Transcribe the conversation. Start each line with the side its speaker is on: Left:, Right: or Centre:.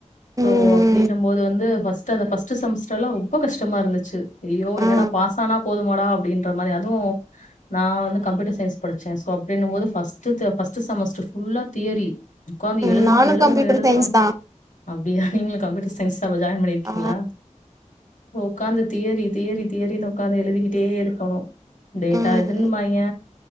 Left: சோ
Right: ம்
Left: அப்டினுமோது வந்து ஃஸ் ஸ்டு அந்த ஃபஸ்டு செமஸ்டர்லா ரொம்ப கஷ்டமா இருந்துச்சு ஐயயோ
Right: ஆ
Left: என்னடா பாஸ் ஆனா போதுமாடா அப்டின்றமாரி அதுவு நான் வந்து கம்யூட்டர் சய்ன்ஸ் படிச்சே சோ அப்டினுமோது ஃபஸ்டு த ஃபஸ்டு செமஸ்டர் ஃபுல்லா தியரி உட்காந்து
Right: ம்
Left: எழுதுணு
Right: நானு
Left: எழுதுணு
Right: கம்ப்யூட்டர்
Left: எழுதுணு
Right: சயின்ஸ் தா
Left: அப்டியா நீங்களு கம்ப்யூட்டர் சயின்ஸ்தாப்ப ஜாயின் பண்ணிருக்கீங்ளா
Right: ஆ
Left: உக்காந்து தியரி தியரி தியரினு உக்காந்து எழுதிக்கிட்டே இருக்கணும் <unintelligible>
Right: ம்
Left: இதுன்னுமாய்ங்க